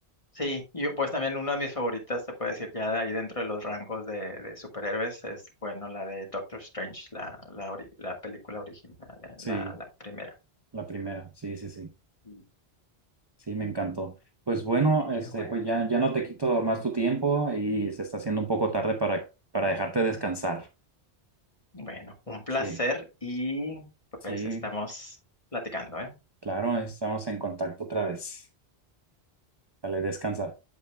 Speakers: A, on the left (about 30°); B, on the right (about 25°).
A: Sí, yo pues también una de mis favoritas, se puede decir, ya de ahí dentro de los rangos de, de superhéroes, es, bueno, la de Doctor Strange, la, la, ori- la película original, la,
B: Sí,
A: la la primera.
B: la primera, sí, sí, sí,
A: Mm.
B: sí, me encantó. Pues bueno,
A: Qué
B: este,
A: bueno.
B: pues ya, ya no te quito más tu tiempo y se está haciendo un poco tarde para, para dejarte descansar.
A: Bueno, un placer
B: Sí,
A: y
B: sí,
A: pues estamos platicando, ¿eh?
B: claro, estamos en contacto otra vez. Dale, descansa.